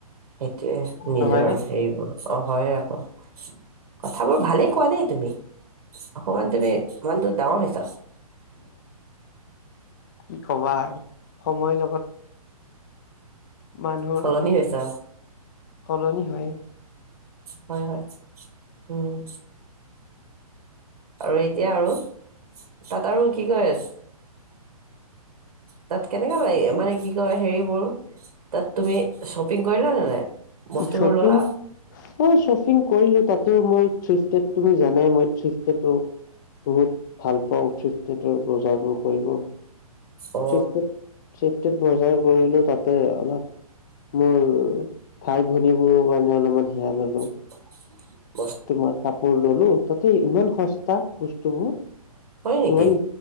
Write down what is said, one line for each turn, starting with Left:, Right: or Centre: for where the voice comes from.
Right: সেইটোৱে নিজৰ।
Left: নহয়নে
Right: সেইবোৰ অ' হয় আকৌ, কথাবোৰ ভালেই কোৱা দেই তুমি। অকমান তুমি মানুহটো ডাঙৰ হৈছা।
Left: কি ক'বা আৰু সময় লগত মানুহৰ
Right: সলনি হৈছা
Left: সলনি হয়ে।
Right: হয় হয়। উম। আৰু এতিয়া আৰু? তাত আৰু কি কৈ আছ তাত কেনেকা লাগে মানে কি কয় হেৰিবোৰ। তাত তুমি শ্বপিং কৰিলা নে নাই? বস্তুবোৰ
Left: শ্বপিং
Right: ললা
Left: মই শ্বপিং কৰিলোঁ তাতেও মই থ্ৰিফট্ৰেড তুমি জানাই মই থ্ৰিফট্ৰেডো বহুত ভাল পাওঁ থ্ৰিফট্ৰেডৰ বজাৰবোৰ কৰিব।
Right: অ
Left: থ্ৰিফট্ৰেড থ্ৰিফট্ৰেডত বজাৰ কৰিলোঁ তাতে অলপ মোৰ ভাই ভনীবোৰৰ কাৰণে অলপমান সেয়া ল'লোঁ।
Right: <inaudible>
Left: তোমাৰ কাপোৰ ল'লোঁ, তাতে ইমান সস্তা বস্তুবোৰ
Right: হয় নেকি
Left: ইমান